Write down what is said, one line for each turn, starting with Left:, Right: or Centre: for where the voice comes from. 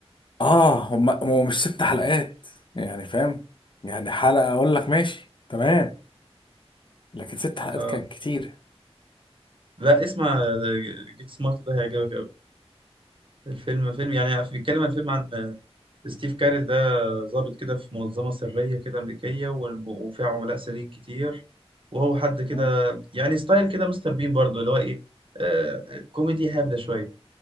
Left: اه هم هو مش ست حلقات يعني فاهم يعني حلقة اقول لك ماشي تمام لكن ست حلقات
Right: اه
Left: كان كتير
Right: لا اسمع آه، جيت سمارت ده هيعجبك أوي الفيلم فيلم يعني بيتكلم الفيلم عن آه، ستيف كارل ده ضابط كده في منظمة سرية كده أمريكية والم- وفيها عملاء سريين كتير وهو حد كده
Left: مم.
Right: يعني ستايل كده مستر بين برضه اللي هو إيه آه كوميدي هابلة شوية